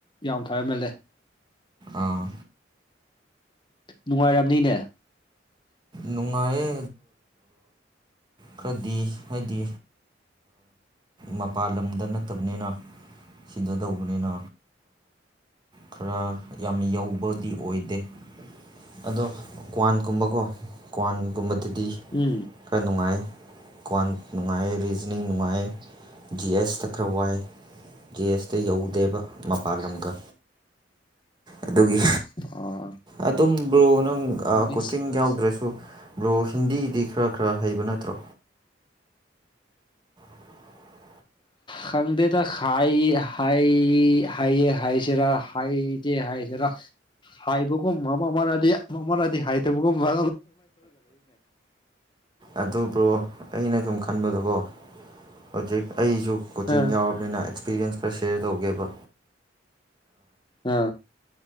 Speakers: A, on the left; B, on the right.
A: ꯌꯥꯝ ꯐꯕ ꯑꯦꯝ ꯑꯦꯜ ꯑꯦ
B: ꯑꯥ
A: ꯅꯨꯡꯉꯥꯏꯔꯝꯅꯤꯅꯦ
B: ꯅꯨꯡꯉꯥꯏꯌꯦ ꯈꯔꯗꯤ ꯍꯥꯏꯗꯤ ꯃꯄꯥꯥꯟ ꯂꯝꯗ ꯅꯠꯇꯕꯅꯤꯅ ꯁꯤꯗ ꯇꯧꯕꯅꯤꯅ ꯈꯔ ꯌꯥꯝꯅ ꯌꯧꯕꯗꯤ ꯑꯣꯏꯗꯦ ꯑꯗꯣ ꯀ꯭ꯋꯥꯟꯒꯨꯝꯕꯀꯣ ꯀ꯭ꯋꯥꯟꯒꯨꯝꯕꯗꯗꯤ
A: ꯎꯝ
B: ꯈꯔ ꯅꯨꯡꯉꯥꯏ ꯀ꯭ꯋꯥꯟ ꯅꯨꯡꯉꯥꯏ ꯔꯤꯖꯅꯤꯡ ꯅꯅꯨꯡꯉꯥꯏ ꯖꯤ ꯑꯦꯁ ꯇꯈ꯭ꯔꯕꯥꯏ ꯖꯤ ꯑꯦꯁꯇ ꯌꯧꯗꯦꯕ ꯃꯄꯥꯜ ꯂꯝꯒ ꯑꯗꯨꯒꯤ
A: ꯑꯥ
B: ꯑꯗꯨꯝꯕ꯭ꯔꯣ ꯅꯪ
A: ꯃꯤꯁ
B: ꯀꯣꯆꯤꯡ ꯌꯥꯎ ꯑꯗꯨꯁꯨ ꯕ꯭ꯔꯣ ꯍꯤꯟꯗꯤꯗꯤ ꯈꯔ ꯈꯔ ꯍꯩꯕ ꯅꯠꯇ꯭ꯔꯣ <unintelligible>
A: ꯈꯪꯗꯦꯗ ꯍꯥꯏ ꯍ ꯍꯥꯏ ꯍꯥꯏꯁꯤꯔ ꯍ ꯍꯥꯏꯁꯤꯔꯥ ꯍꯥꯏꯕꯒꯨꯝꯕ ꯑꯃ ꯑꯃꯗꯤ ꯑꯃ ꯑꯃꯥꯗꯤ ꯍꯥꯏꯗꯕꯒꯨꯝꯕ
B: ꯑꯗꯨ ꯕꯔꯣ ꯑꯩꯅ ꯁꯨꯝ ꯈꯟꯕꯗꯀꯣ ꯍꯧꯖꯤꯛ ꯑꯩꯁꯨ ꯀꯣꯆꯤꯡ
A: ꯑ
B: ꯌꯥꯎꯔꯕꯅꯤꯅ ꯑꯦꯛꯁꯄꯤꯔꯤꯌꯦꯟꯁ ꯈꯔ ꯁꯦꯌꯔ ꯇꯧꯒꯦꯕ
A: ꯑ